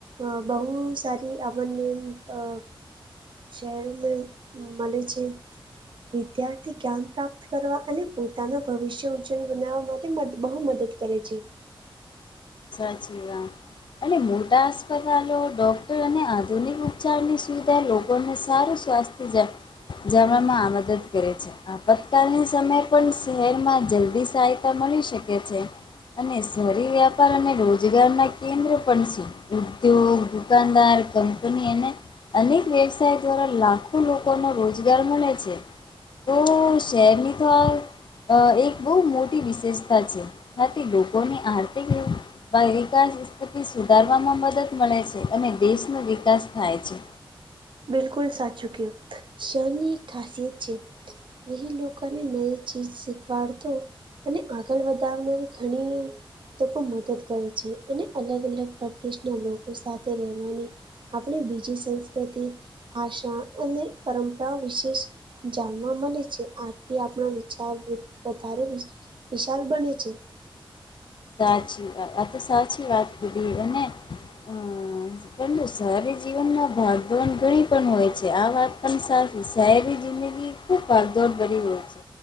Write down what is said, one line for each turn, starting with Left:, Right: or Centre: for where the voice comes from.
Right: અ બહુ સારી અમને અ શહેરો મલે છે. વિદ્યાર્થી જ્ઞાન પ્રાપ્ત કરવા અને પોતાના ભવિષ્ય ઉજ્જવલ બનાવવા માટે બહુ મદદ કરે છે
Left: સાચી વાત. અને અસ્પતાલો ડોક્ટર અને આધુનિક ઉપચારની સુવિધા લોકોને સારું સ્વાસ્થ તે જણવામાં આ મદદ કરે છે. આપતકાલની સમયે પણ શહેરમાં જલ્દી સહાયતા મળી શકે છે. નહી સરી લેવા અને રોજગાર ના કેન્દ્ર પણ છે ઉદ્યોગ દુકાનદાર કંપની અને અનેક વ્યવસાય દ્વારા લાખો લોકોનો રોજગાર મળે છે. તો શહેરની તો આ અ એક બહુ મોટી વિશેષતા છે આથી લોકોની આરતી બા વિકાસ વસ્પતિ સુધારવામાં મદદ મળે છે અને દેશનો વિકાસ થાય છે.
Right: બિલકુલ સાચું કહું શરની એક ખાસિયત છે. એહી લોકોને નઈ ચીજ શીખવાડતો અને આગળ વધાવનારી ઘણી તો મદદ કરે છે અને અલગ અલગ પરદેશના લોકો સાથે રહેવાની આપણે બીજી સંસ્કૃતિ ભાષા અને પરંપરાઓ વિશેષ જાણવા મળે છે આરથી આપણા વિચાર વધારે વિશાલ બને છે.
Left: સાચી વાત આ તો સાચી વાત કીધી અને હમ્મ. પરંતુ સારી જીવનમાં ભાગન ઘણી પણ હોય છે આ વાત પણ સા શાયરી જિંદગી ખૂબ ભાગદોડ કરી હોય છે